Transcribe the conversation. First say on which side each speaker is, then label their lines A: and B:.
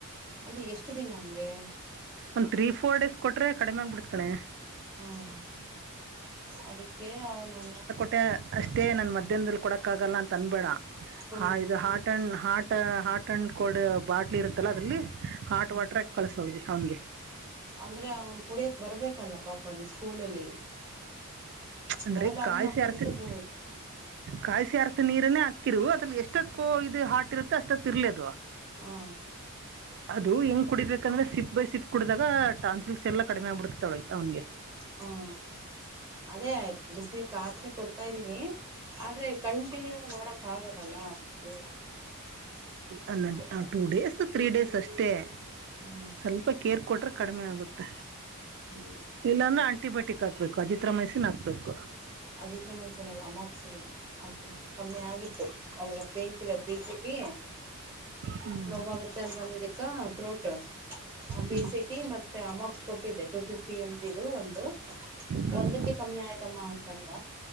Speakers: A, on the right; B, on the right.
A: ಅಂದ್ರೆ ಎಷ್ಟು ದಿನ ಹಂಗೆ.
B: ಒಂದ ತ್ರೀ ಫೋರ್ ಡೇಸ್ ಕೊಟ್ರೆ ಕಡಿಮೆ ಆಗ್ಬಿಡತ್ ಕಣೆ.
A: ಹ್ಮ್ ಅದಕ್ಕೆ ಅವನನ್ನು.
B: ಯ ಅಷ್ಟೇ ನನ್ ಮಧ್ಯಾಹ್ನದಲ್ಲಿ ಕೊಡಕ್ ಆಗಲ್ಲ ಅಂತನ್ಬೇಡ
A: ಹ್ಮ್
B: ಹಾ ಇದು ಹಾಟ್ ಅಂಡ್ ಹಾಟ್. ಟ ಹಾಟ್ ಅಂಡ್ ಕೋಲ್ಡ್ ಬಾಟ್ಲಿ ಇರುತ್ತಲ್ಲ ಅದ್ರಲ್ಲಿ ಹಾಟ್
A: ಹ್ಮ್
B: ವಾಟರ್ ಹಾಕ್ ಕಳಸವ್ರಿಗೆ ಅವ್ನಿಗೆ.
A: ಅಂದ್ರೆ ಅವನ್ ಕುಡಿಯಕ್ ಬರ್ಬೇಕಲ್ಲ ಪಾಪ ಅಲ್ಲಿ ಸ್ಕೂಲಲ್ಲಿ.
B: ಚ್ ಅಂದ್ರೆ
A: ಮನೇಲಿ ಆದ್ರೆ
B: ಕಾಯಿಸಿ
A: ನಾವ್ ಕುಡ್ಸಬಹುದು
B: ಆರಿಸಿದ್. ಕಾಯಿಸಿ ಆರಿಸ ನೀರನೆೇ ಹಾಕ್ಕಿರು ಅದ್ರಲ್ಲಿ ಎಷ್ಟೊತ್ ಕೋ ಇದು ಹಾಟಿರುತ್ತೋ ಅಷ್ಟೊತ್ ಇರ್ಲದು.
A: ಹ್ಮು
B: ಅದು ಹೆಂಗ್ ಕುಡಿಬೇಕಂದ್ರೆ ಸಿಪ್ ಬೈ ಸಿಪ್ ಕುಡಿದಾಗ ಟಾನ್ಸಿಲ್ಸ್ ಎಲ್ಲ ಕಡಿಮೆ ಆಗ್ಬಿಡ್ತತಿತ್ತೊಳಗೆ ಅವ್ನ್ಗೆ.
A: ಹ್ಮ್ ಅದೇ ಬಿಸಿನೀರ್ ಕಾಸಿ ಕೊಡ್ತಾ ಇದೀನಿ ಆದ್ರೆ ಕಂಟಿನ್ಯೂಂಗ್ ಮಾಡಕ್ ಆಗಲ್ಲ. ಗಲ್ಲ ಅದು.
B: ಅಲ್ಲ
A: ಅದಕ್ಕೆ
B: ಚ್ ಟೂ ಡೇಸ್ ತ್ರೀ ಡೇಸ್ ಅಷ್ಟೇ.
A: ಹ್ಮ್
B: ಸ್ವಲ್ಪ ಕೇರ್ ಕೊಟ್ರೆ ಕಡಿಮೆ ಆಗುತ್ತೆ.
A: ಹ್ಮ್
B: ಇಲ್ಲಂದ ಆಂಟಿಬಯೋಟಿಕ್ ಹಾಕ್ಬೇಕು ಅಜಿತ್ರ ಮೈಸಿನ ಹಾಕ್ಬೇಕು
A: ಅಜಿತ್ ರಮ ಹೆಸನಲ್ಲ ಅಮಾಕ್ ಸನ್ ಓಕೆ ನೆ ಕಮ್ಮಿ ಆಗಿತ್ತು ಅವಾಗ ಪೇನ್ಸಿನ ಪೀಿ
B: ಹ್ಮ್
A: ನೋವಾಗ ಚೆಂದಾತಂದಿದಕ್ ಪ್ರುಟ್ಟ ಪ
B: ಹ್ಮ್
A: ಸಿ ಟಿ ಮತ್ತೆ ಅಮೋಕ್ಸ್ ಕೊಟ್ಟಿದ್ದೆ ಟು ಫಿಫ್ಟಿ ಎಮ್ ಇದು ಒಂದು
B: ಹ್ಮ್
A: ಒಂದಕ್ಕೆ ಕಮ್ಮಿ ಆಯ್ತಮ್ಮ ಅಂತಂದ